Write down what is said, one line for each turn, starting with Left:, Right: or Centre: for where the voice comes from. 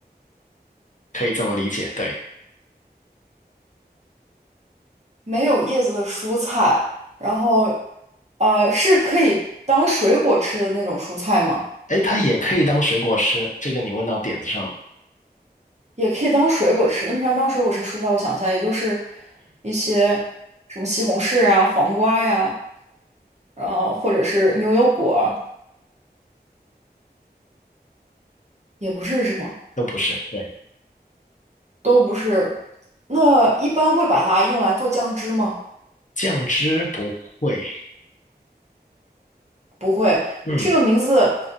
Left: 可以这么理解。对，
Right: 没有叶子的蔬菜，然后，呃，是可以当水果吃的那种蔬菜吗？
Left: 哎，它也可以当水果吃，这个你问到点子上了，
Right: 也可以当水果吃。那平常当水果吃蔬菜，我想一下，也就是一些什么西红柿啊、黄瓜呀，然后或者是牛油果儿也不是是吗？
Left: 都不是。对。
Right: 都不是。那一般会把它用来做酱汁吗？
Left: 酱汁不会，
Right: 不会。
Left: 嗯，
Right: 这个名字